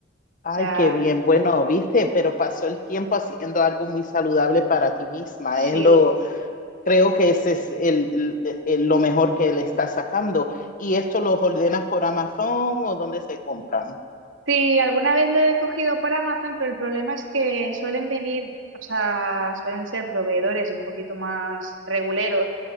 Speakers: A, on the left (about 45°); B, on the right (about 80°).
A: Ay,
B: sea,
A: qué bien. Bueno, viste, pero pasó el tiempo haciendo algo muy saludable para ti misma.
B: sí.
A: Es lo, creo que ese es el, el- el- lo mejor que le estás sacando. ¿Y esto lo ordenas por Amazon o dónde se compran?
B: Sí, alguna vez lo he cogido por Amazon, pero el problema es que suelen venir, o sea, suelen ser proveedores un poquito más reguleros